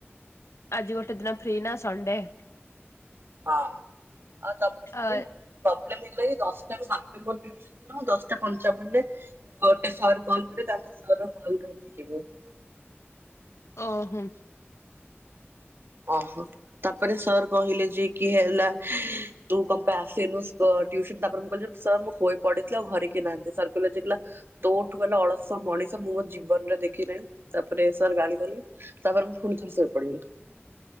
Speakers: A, on the left; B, on the right.
A: ଆଜି ଗୋଟେ ଦିନ ଫ୍ରି ନା ସଣ୍ଡେ।
B: <unintelligible> ମୁଁ
A: ଅ
B: ଦଶଟା ପଞ୍ଚାବନରେ ଗୋଟେ <unintelligible>
A: ଓହୋ।
B: ଓହୋ ତାପରେ ସର୍ କହିଲେ ଯେ କି ହେଲା ତୁ କଣ ପାଇଁ ଆସନୁୁ କ ଟିଉସନ। ତାପରେ ମୁଁ କହିଲି ସାର୍ ମୁଁ ଶୋଇପଡ଼ିଥିଲି ଆଉ ଘରେ କିଏ ନାହାନ୍ତି। ସାର୍ କହିଲେ <unintelligible> ତୋଠୁ ଗଲା ଅଳସୁଆ ମଣିଷ ମୁଁ ମୋ ଜୀବନରେ ଦେଖିନାଇ। ତାପରେ ସାର୍ ଗାଳି କଲେ। ତାପରେ ମୁଁ ପୁଣି ଥରେ ଶୋଇପଡ଼ିଲି।